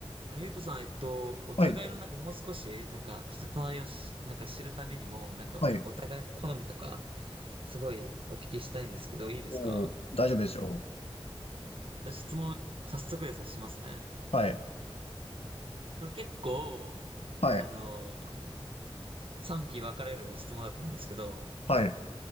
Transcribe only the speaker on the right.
あの、ゆうとさん、えっと、お互いのなんかもう少し、
なんか人となりをし、なんか知るためにも、なんかお互いの好みとか、
すごいお聞きしたいんですけど、いいですか
じゃあ質問、早速ですよ、しますね。
これ結構、
あの、賛否分かれる質問だと思うんですけど、